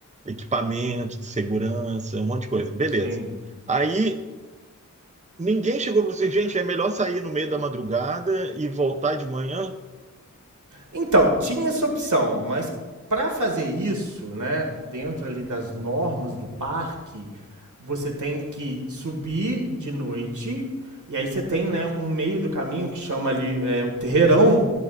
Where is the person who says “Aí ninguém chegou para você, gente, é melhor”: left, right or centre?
Right